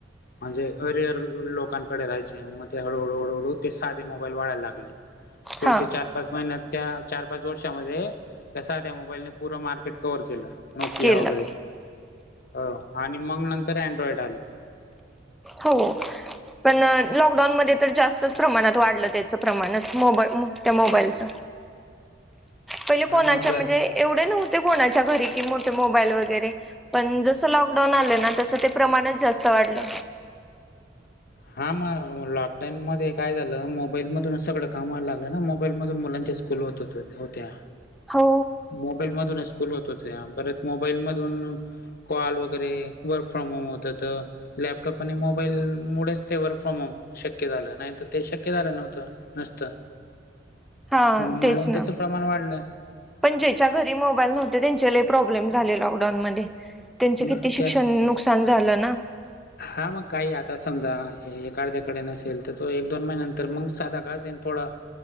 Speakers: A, on the left (about 55°); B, in the centre.
A: म्हणजे अरिअर लोकांकडे राहायचे मग ते हळूहळू हळूहळू ते साधे मोबाईल वाढायला लागत पुढचे
B: हा
A: चार. पाच महिन्यात त्या चार पाच वर्षामध्ये, त्या साध्या मोबाईलने पूरं मार्केट कव्हर केलं. नोकिया
B: केलं
A: वगैरे हो आणि मग नंतर अँड्रॉइड आलं.
B: हो. पणलॉकडाऊनमध्ये तर जास्तच प्रमाणात वाढलं त्याचं प्रमाणच मोबा त्या मोबाईलचं.
A: <inaudible> <unintelligible>
B: पहिले कोणाच्या
A: घर
B: म्हणजे एवढे नव्हते कोणाच्या घरी की मोठे मोबाईल वगैरे. पण जसं लॉकडाऊन आलं ना तसं ते प्रमाणच जास्त वाढलं.
A: हा मग लॉकडाऊन मध्ये काय झालं मोबाईलमधूनच सगळं कामा व्हायला लागलं ना मोबाईल मधून मुलांच्या कुल होत हो होत्या.
B: हो.
A: मोबाईल मधूनच स्कूल होत होते परत मोबाईल मधून कॉल वगैरे वर्क फ्रॉम होम होतं तर लॅपटॉप आणि मोबाईलमुळेच ते वर्क फ्रॉम होम शक्य झालं नाहीत ते शक्य झालं नव्हतं नसतं.
B: हा
A: म्हणून
B: तेच ना?
A: त्याचं प्रमाण वाढलं
B: पण ज्याच्या घरी मोबाईल नव्हते त्यांच्या प्रॉब्लेम झाले लॉकडाऊनमध्ये. त्यांच
A: मग
B: किती शिक्षण
A: त्या
B: नुकसान झालं ना?
A: हा मग काही आता समजा एखाद्याकडे नसेल तर, तो एक दोन महिन्यानंतर मग साधा घास जाईल थोडं.